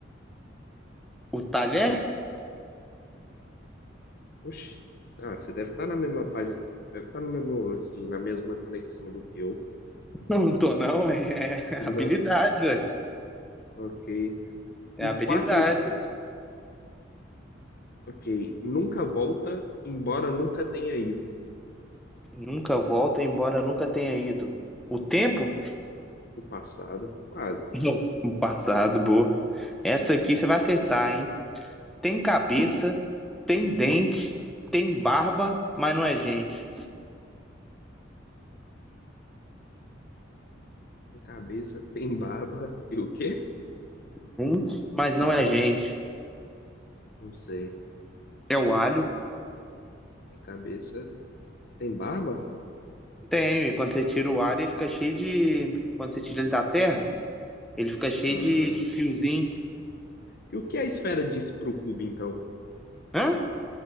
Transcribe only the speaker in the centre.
O talher?
<laughs> Não tô, não. É <laughs>
habilidade, velho.
É
habilidade.
Nunca volta, embora nunca tenha ido. O tempo?
Não. O passado, boa. Essa aqui você vai acertar, hein? Tem cabeça, tem dente, tem barba, mas não é gente.
Gente? Mas não é gente.
É o alho?
Tem. E quando você tira o alho, ele fica cheio de. Quando você tira ele da terra, ele fica cheio
de, de fiozinho.
Hã?